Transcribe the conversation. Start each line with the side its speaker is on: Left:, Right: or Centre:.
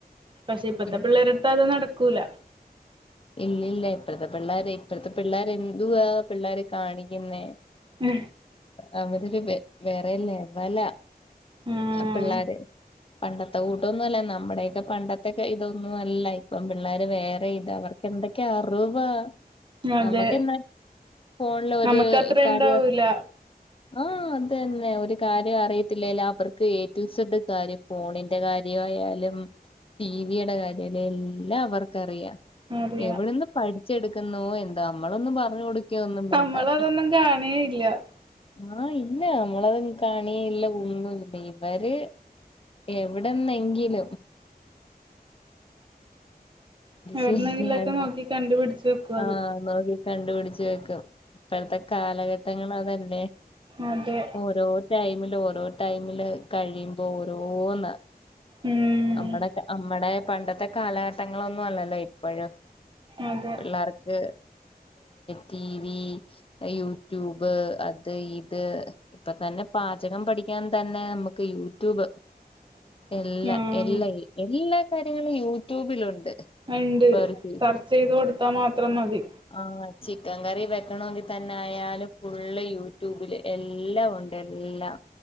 Right: പക്ഷെ ഇപ്പത്തെ
Left: ഉം
Right: പിള്ളേരെടുത്ത് അത് നടക്കൂല
Left: ഇല്ല ഇല്ല ഇപ്പഴത്തെ പിള്ളാര് ഇപ്പഴത്തെ പിള്ളാര് എന്തുവാ പിള്ളോര് കാണിക്കുന്നെ
Right: ഉം
Left: അവരൊരു വെ-വേറെ ലെവലാ
Right: ഉം
Left: ആഹ് പിള്ളാര് പണ്ടത്തെ കൂട്ടന്നും അല്ല നമ്മുടെക്കെ പണ്ടത്തെക്കെ ഇതൊന്നും അല്ല ഇപ്പം പിള്ളേര് വേറെ ഇതാ അവർക്ക് എന്തൊക്കെ അറിവാ
Right: അതെ
Left: നമ്മുക്ക് എന്നാ ഫോണില് ഒരു
Right: നമുക്കത്ര
Left: കാര്യം
Right: ഇണ്ടാവൂല
Left: ആഹ് അത് തന്നെ ഒരു കാര്യം അറിയത്തില്ല അവർക്ക് ഏ ടു സിഡ് കാര്യം ഫോണി എന്റെ കാര്യയാലും ടിവിയുടെ കാര്യായാലും എല്ലാം അവർക്കറിയാം
Right: അറിയാം
Left: എവിടെന്ന് പഠിച്ചെടുക്ക ന്നു എന്തോ നമ്മളൊന്നും പറഞ്ഞു കൊടുക്ക ഒന്നും വേണ്ട
Right: നമ്മളതൊന്നും കാണേയില്ല
Left: ആഹ് ഇല്ല മുളക കാണിയ ഇല്ല ഒന്നും ഇല്ല ഇവര് എവിടന്നെങ്കിലും
Right: എവിടുന്നെങ്കിലൊക്കെ
Left: ശരിയാണ്
Right: നോക്കി കണ്ടുപിടിച്ച് വെക്കും അത്
Left: ആഹ് നോക്കി കണ്ടുപിടിച്ച് വെക്കും ഇപ്പഴത്തെ കാലഘട്ടങ്ങൾ അതല്ലേ
Right: അതെ
Left: ഓരോ ടൈമില് ഓരോ ടൈമില് കഴിയുമ്പോ ഓരോന്ന്
Right: ഉം
Left: നമ്മടെ നമ്മടെ പണ്ടത്തെ കാലഘട്ടങ്ങളൊന്നും അല്ലല്ലോ ഇപ്പോഴും
Right: അതെ
Left: പിള്ളേർക്ക് ടിവി യൂട്യൂബ് അത് ഇത് ഇപ്പ തന്നെ പാചകം പഠിക്കാൻ തന്നെ നമുക്ക് യൂട്യൂബ്
Right: <unintelligible>
Left: എല്ലാ
Right: ആഹ്
Left: എല്ലാ എല്ലാ കാര്യങ്ങളും യൂട്യൂബിലുണ്ട്
Right: ഉണ്ട്
Left: ഇപ്പൊ ഒരു ചി
Right: സെർച്ച് ചെയ്ത് കൊടുത്താൽ മാത്രം മതി
Left: ആഹ് ചിക്കൻ കറി വെക്കണമെങ്കിൽ തന്നെ ആയാലും ഫുള്ള് യൂട്യൂബില് എല്ലാം ഉണ്ട് എല്ലാം